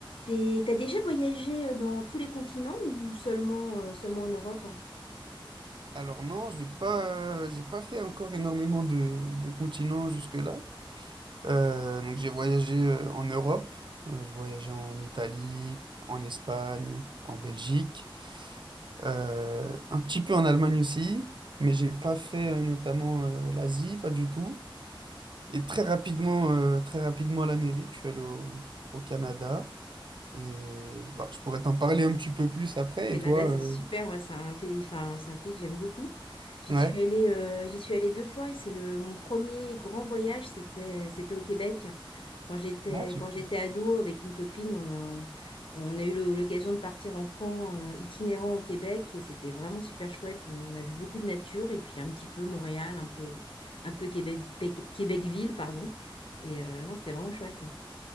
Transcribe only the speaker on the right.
Alors non, je n'ai pas, euh, j'ai pas fait encore énormément de, de continents jusque-là. Euh, donc j'ai voyagé euh, en Europe, euh, j'ai voyagé en Italie, en Espagne, en Belgique, euh, un petit peu en Allemagne aussi, mais j'ai pas fait euh, notamment euh, l'Asie, pas du tout. Et très rapidement, euh, très rapidement l'Amérique, je suis allé au, au Canada. Et bah, je pourrais t'en parler un petit peu plus après.
Et toi,
euh,
ouais.
Ah, super.